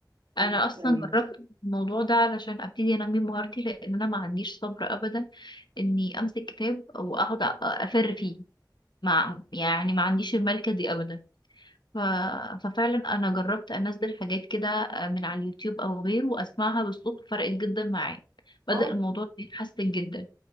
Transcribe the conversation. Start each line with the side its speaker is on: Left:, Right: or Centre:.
Left: انا
Right: إنك تتعلمي
Left: اصلا جربت الموضوع ده علشان ابتدي انمي مهارتي لان انا ما عنديش صبر ابدا اني امسك كتاب واقعد أ- افر فيه مع يعني ما عنديش الملكه دي ابدا ف... ففعلا انا جربت انزل حاجات كده من على اليوتيوب او غيره واسمعها بالصوت فرقت جدا معايا بدأ
Right: اه
Left: الموضوع يتحسن جدا